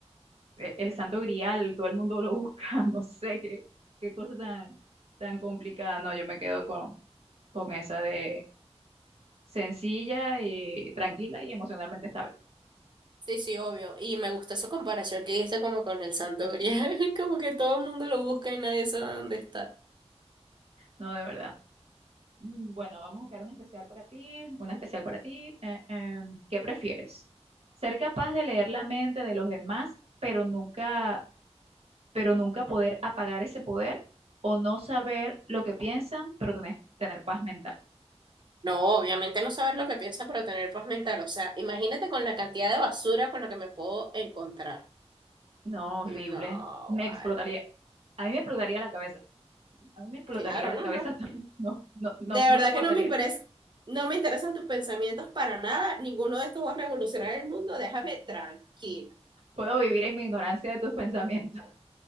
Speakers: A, on the right; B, on the right.
A: el santo grial, todo el mundo lo busca, <laughs> no sé qué, qué cosa tan, tan complicada. No, yo me quedo con, con esa de sencilla y tranquila y emocionalmente estable.
B: Sí, sí, obvio. Y me gusta esa comparación que hiciste como con el Santo Grial, <laughs> como que todo el mundo lo busca y nadie sabe dónde está.
A: No, de verdad. Mm, Bueno, vamos a buscar una especial para ti, una especial para ti. Eh, eh, ¿qué prefieres? ¿Ser capaz de leer la mente de los demás, pero nunca pero nunca poder apagar ese poder o no saber lo que piensan, pero tener, tener paz mental.
B: No, obviamente no saber lo que piensa, pero tener paz mental. O sea, imagínate con la cantidad de basura con la que me puedo encontrar.
A: No, horrible.
B: No,
A: Me
B: vale.
A: explotaría. A mí me explotaría la cabeza. A mí me explotaría
B: Claro,
A: la
B: no,
A: cabeza.
B: no.
A: <laughs> No, no, no,
B: De
A: no
B: verdad
A: soportaría.
B: que no me interesa, no me interesan tus pensamientos para nada. Ninguno de estos va a revolucionar el mundo. Déjame tranquilo.
A: Puedo vivir en mi ignorancia de tus pensamientos. <laughs>